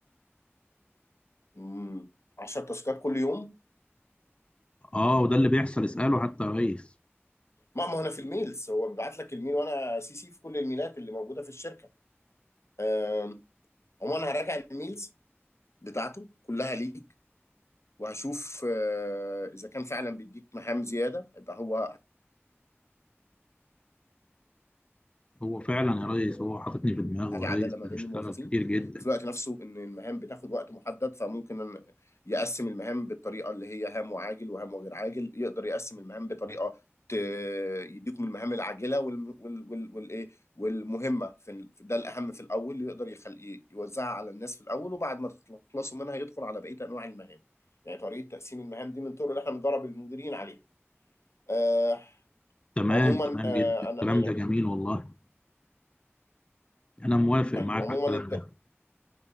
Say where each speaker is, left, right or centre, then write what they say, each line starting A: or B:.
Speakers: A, on the left; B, on the left.
A: امم 10 تاسكات كل يوم
B: اه وده اللي بيحصل اسأله حتى يا ريس
A: ما ما هو انا في الميلز هو بيبعت لك الميل وانا سي سي في كل الميلات اللي موجوده في الشركه آم، عموما هراجع الميلز بتاعته كلها ليك وهشوف آه، اذا كان فعلا بيديك مهام زياده يبقى هو
B: هو فعلا يا ريس هو حاططني في دماغه
A: في
B: يا ريس
A: عداله ما
B: بيشتغل
A: بين الموظفين
B: كتير جدا
A: في الوقت نفسه ان المهام بتاخد وقت محدد فممكن أن يقسم المهام بالطريقه اللي هي هام وعاجل وهام وغير عاجل يقدر يقسم المهام بطريقه ت- يديكم المهام العاجله وال وال وال والايه والمهمه في ال- في- ده الاهم في الاول يقدر يخلي يوزعها على الناس في الاول وبعد ما تخلصوا منها يدخل على بقيه انواع المهام يعني طريقه تقسيم المهام دي من الطرق اللي احنا بندرب المديرين عليها آه
B: تمام
A: عموما
B: تمام
A: آه
B: جدا الكلام
A: انا يعني
B: ده جميل والله انا موافق
A: حلو
B: معاك
A: عموما
B: على الكلام ده